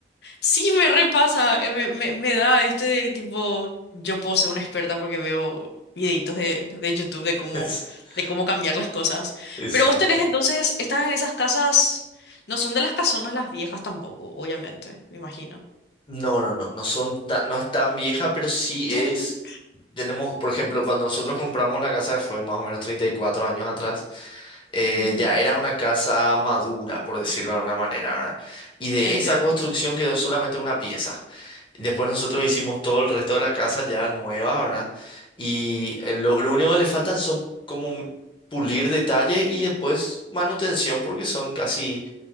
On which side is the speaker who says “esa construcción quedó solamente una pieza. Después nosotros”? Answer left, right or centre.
Left